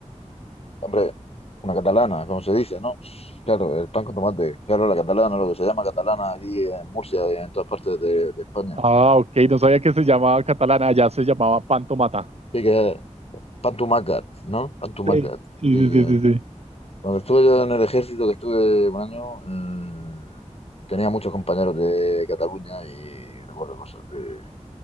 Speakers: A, on the left; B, on the right.
A: Hombre, una catalana, como se dice, ¿no? Claro, el pan con tomate. Claro, la catalana, lo que se llama catalana aquí en Murcia y en todas partes de, de España.
B: Ah, ok, no sabía que se llamaba catalana, allá se llamaba pan tomata.
A: Sí que es pan tumacat, ¿no? Pan tumacat.
B: Sí, <laughs> sí,
A: Sí
B: sí,
A: que...
B: sí, sí. sí.
A: Cuando estuve yo en el ejército, que estuve un año, mm, tenía muchos compañeros de Cataluña y recuerdo cosas de,